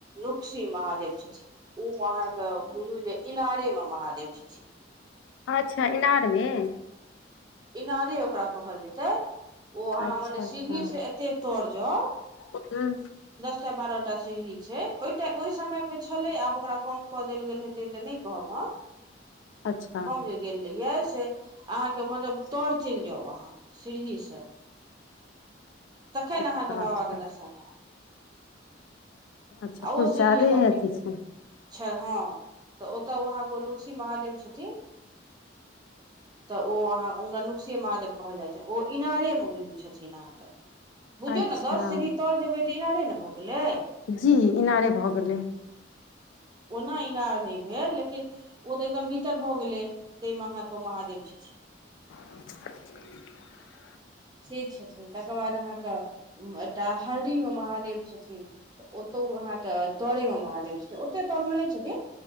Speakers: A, on the right; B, on the left.
A: लुक्सी महा महादेव छथिन ओ अहाँके बुझू जे इनारेमे महादेव छथिन
B: अच्छा इनारमे?
A: इनारे ओकरा कहल जेतै। ओ अहाँ
B: अच्छा
A: मने
B: अच्छा
A: सीढ़ी से एते तर जाउ
B: हूं
A: दसटा बारहटा टा सीढी छइ ओइटा ओइ समयमे छलै आब ओकरा कम कऽ देल गेल हेतै तऽ नहि कहब हम।
B: अच्छा
A: हम जे गेल रहीयै से अहाँके मतलब तर चलि जाउ अहाँ सीढ़ीसँ। तखन
B: अच्छा
A: अहाँके बाबाके
B: अच्छा
A: दर्शन हैत।
B: अच्छा किछु
A: आ ओ सीढ़ी
B: ज्यादे
A: एकदम पीछर
B: अथी छै
A: हँ तऽ ओतऽ ओहा ओ नुकसी महादेव छथिन। तऽ ओ अहाँ हुनका नुकसेए महादेव कहल जाइ छनि ओ इनारेमे बुझू छथिन अहाँके। बुझियौ
B: अच्छा
A: ने दस सीदी तर जेबै तऽ इनारे ने भऽ गेलै।
B: जी इनारे भऽ गेलै।
A: ओना इनार नहि भेल लेकिन ओ तऽ एकदम भीतर भऽ गेलै तइमा अहाँके महादेव छथिन।
B: <inaudible>
A: से छथिन तकर बाद अहाँके एकटा हरडि मे महादेव छथिन तऽ ओतौ अहाँ के तरे मे महादेव छथिन ओते तर मे नहि छथिन